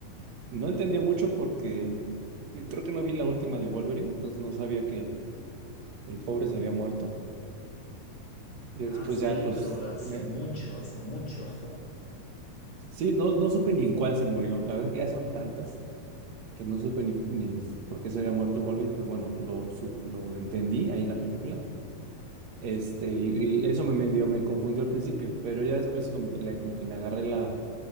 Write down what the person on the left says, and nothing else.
Ah, sí,
pero hace
mucho, hace mucho.